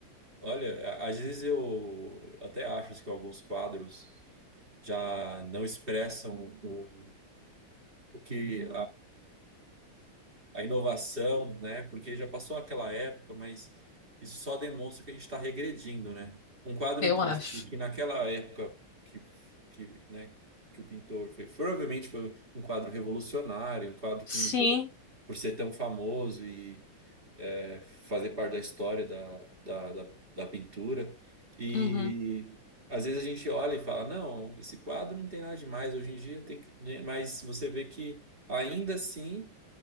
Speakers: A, on the right (about 25°); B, on the left (about 45°).
A: olha, a- às vezes eu até acho que alguns quadros já não expressam o, o que a inovação, né? Porque já passou aquela época, mas isso só demonstra que a gente está regredindo, né? Um quadro
B: eu
A: desse,
B: acho.
A: que naquela época que, que, né, que o pintor fez, provavelmente foi um quadro revolucionário, um quadro
B: Sim,
A: que mudou por ser tão famoso e é, fazer parte da história da, da, da, da pintura. E
B: uhum,
A: às vezes a gente olha e fala, não, esse quadro não tem nada demais hoje em dia, tem que... né? Mas você vê que ainda assim